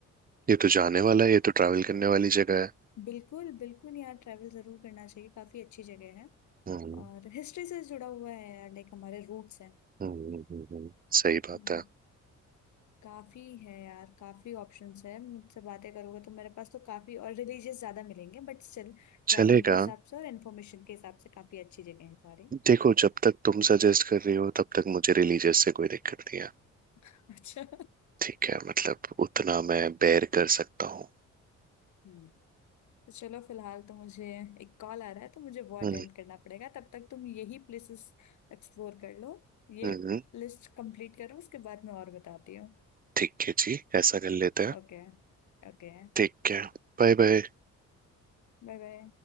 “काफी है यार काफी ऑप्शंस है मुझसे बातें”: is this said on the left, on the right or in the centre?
Left